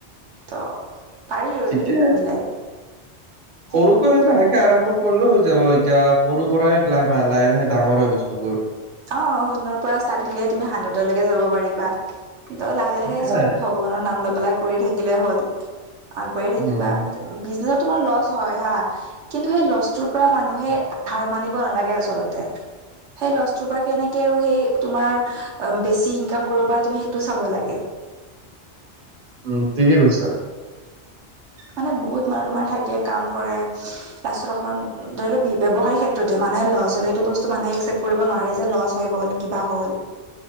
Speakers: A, on the right (about 85°); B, on the right (about 45°).
A: ত পাৰি আৰু
B: ঠিকে
A: যদি মিলাই
B: সৰুকৈ লাহেকে আৰম্ভ কৰিলেও হৈ যাব এতিয়া সৰুৰ পৰাই লাইমাহ লাহে লাহে ডাঙৰ হয় বস্তুবোৰ
A: অ শূণ্যৰ পৰা ষ্টাৰ্ট দিলেহে তুমি হাণ্ড্ৰেতলৈকে যাব পাৰিবা ত লাহে লাহে
B: সেয়াই
A: চব ভগৱানৰ নাম লৈ পেলাই কৰি থাকিলে হল আগবাঢ়ি থাকিবা
B: উম উম
A: বিজনেচত তোমাৰ লছ হয় হা। কিন্তু সেই লছটোৰ পৰা মানুহে হাৰ মানিব নালাগে আচলতে সেই লছ টোৰ পৰা কেনেকে আৰু সেই তোমাৰ বেছি ইনকাম কৰিব পৰা তুমি সেইটো চাব লাগে
B: উম ঠিকে কৈছা
A: মানে বহুত মানুহ তোমাৰ থাকে কাম কৰে লাষ্টত অকমান ধৰি ল ব্যৱসায় ক্ষেত্ৰতে মানুহে লছ হলেটো এইটো বস্তু মানুহে একচেপ্ট কৰিব নোৱাৰে যে লছ হৈ গ'ল কিবা হ'ল